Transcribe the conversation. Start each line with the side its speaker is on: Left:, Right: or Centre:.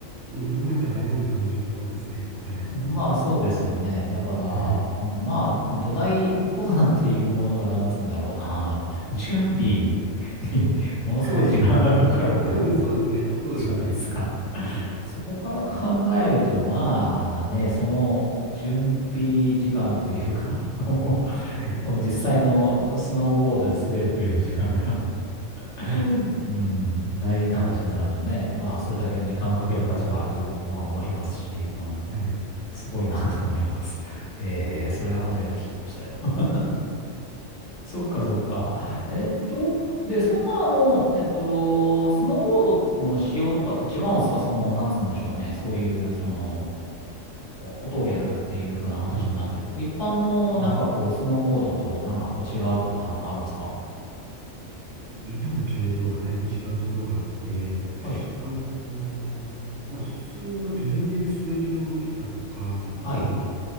Right: う、うんなんか醍醐味を感じるところですね。
Left: <laughs>
Right: はい。
Left: まあそうですよね。だから、
Right: はい。
Left: まあ土台、登山っていうものがなんつうんだろうな。あの、準備に <laughs> ものすごい時間がかかるもの
Right: はい。<laughs> そうですね。そうですね。
Left: じゃないですか。
Right: はい。
Left: そこから考えると、まあね、その準備時間というか、<laughs> あの、
Right: はい。
Left: その実際のスノーボードで滑るという時間が、
Right: はい。
Left: うんうん大事って話になるとね、まあそれだけの時間をかける価値はあると、
Right: そうですね。
Left: まあ思いますし、うん、
Right: はい。
Left: すごいなと思います。えー、それ初めて聞きましたよ。<laughs> そっかそっか。えーっと、で、そんなあの、えっと、スノーボードの仕様とかって違うんですかその、なんつうんでしょうね。そういう、その、ことをやるっていう風な話になってくると、
Right: ね、
Left: 一般のなんかこう、
Right: うん。
Left: スノーボードとなんかこう違うとかなんかあるんですか
Right: 板の形状はだいぶ違うところがあって、
Left: はい。
Right: あのーまあ、普通のゲレンデで滑る用の板とか、
Left: はい。
Right: あとは、